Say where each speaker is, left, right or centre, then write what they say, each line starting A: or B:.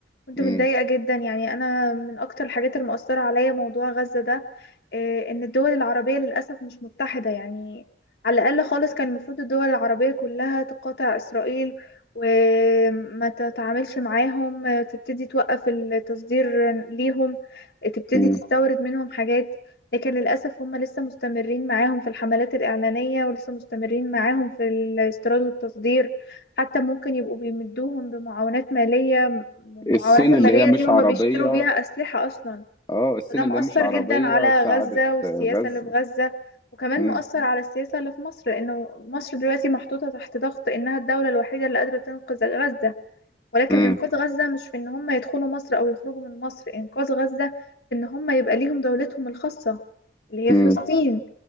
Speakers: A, on the left; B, on the left.
A: كنت متضايقة
B: امم
A: جدا يعني أنا من أكتر الحاجات المؤثرة عليا موضوع غزة ده آه، إن الدول العربية للأسف مش متحدة يعني على الأقل خالص كان المفروض الدول العربية كلها تقاطع إسرائيل وما تتعاملش معاهم آه، تبتدي توقف التصدير ليهم آه، تبتدي
B: امم
A: تستورد منهم حاجات لكن للأسف هم لسه مستمرين معاهم في الحملات الإعلانية ولسه مستمرين معاهم في الاستيراد والتصدير حتى ممكن يبقوا بيمدوهم بمعاونات مالية والمعاونات
B: الصين
A: المالية
B: اللي هي مش
A: دي هما
B: عربيه
A: أيوة بيشتروا بيها أسلحة أصلا
B: اه الصين
A: فده
B: اللي
A: مؤثر
B: هي مش عربيه
A: جدا على
B: ساعدت
A: غزة والسياسة
B: آه، غزه
A: اللي في غزة وكمان
B: امم
A: مؤثر على السياسة اللي في مصر لأنه مصر دلوقتي محطوطة تحت ضغط إنها الدولة الوحيدة اللي قادرة تنقذ غزة ولكن
B: امم
A: إنقاذ غزة مش في إن هم يدخلوا مصر أو يخرجوا من مصر إنقاذ غزة في إن هم يبقى ليهم دولتهم الخاصة اللي هي
B: امم
A: فلسطين